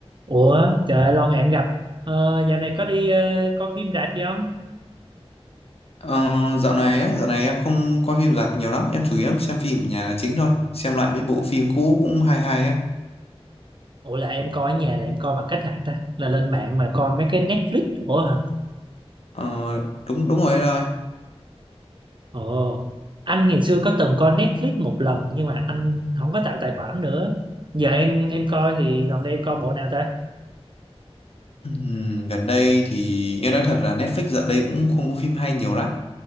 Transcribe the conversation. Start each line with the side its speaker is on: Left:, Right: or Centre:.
Right: Ủa trời ơi, lâu ngày em gặp ờ, dạo này có đi ờ, coi phim rạp gì không?
Left: Ờ, dạo này á, dạo này em không coi phim rạp nhiều lắm, em chủ yếu em xem phim ở nhà là chính thôi, xem lại mấy bộ phim cũ cũng hay hay á.
Right: Ủa là em coi ở nhà là em coi bằng cách hả ta? Là lên mạng mà coi mấy cái Netflix Ủa hả?
Left: Ờ, đúng đúng rồi đấy rồi.
Right: Ồ anh ngày xưa có từng coi Netflix một lần nhưng mà anh không có tạo tài khoản nữa giờ em em coi thì gần đây em coi bộ nào ta?
Left: Ừm, gần đây thì em nói thật là Netflix dạo đây cũng không có phim hay nhiều lắm,